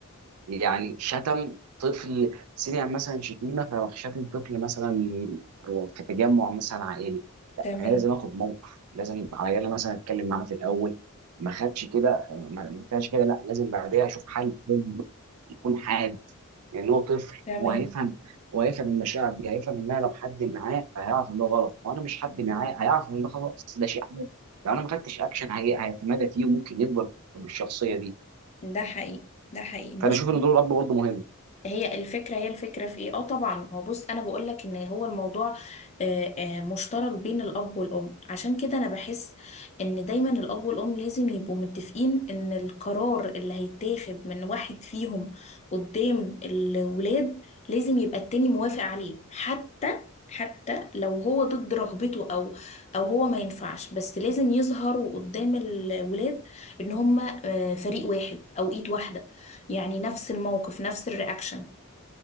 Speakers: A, on the right; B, on the left.
A: يعني شتم طفل سمع مثلا شتيمه فراح شتم طفل مثلا في تجمع مثلا عائلي لا
B: تمام
A: انا لازم اخد موقف لازم على الاقل مثلا اتكلم معاه في الاول ما خدش كده ما ما ينفعش كده لا لازم بعدها اشوف حل لازم يكون حاد لان هو طفل
B: تمام
A: هو هيفهم هو هيفهم المشاعر دي هيفهم انها لو حد معاه هيعرف ان ده غلط وانا مش حد معاه هيعرف ان ده خلاص ده شيء عادي لو انا ما خدتش اكشن هي- هيتمادى فيه وممكن يكبر بالشخصيه دي
B: ده حقيقي ده حقيقي
A: فانا
B: بص
A: اشوف ان دور الاب برضه مهم
B: هي الفكرة هي الفكرة في ايه؟ اه طبعا هو بص انا بقول لك ان هو الموضوع آه، آه، مشترك بين الاب والام عشان كده انا بحس ان دايما الاب والام لازم يبقوا متفقين ان القرار اللي هيتاخد من واحد فيهم قدام الولاد لازم يبقى التاني موافق عليه حتى حتى لو هو ضد رغبته او او هو ما ينفعش بس لازم يظهروا قدام الولاد ان هما آه، فريق واحد او ايد واحدة يعني نفس الموقف نفس الرياكشن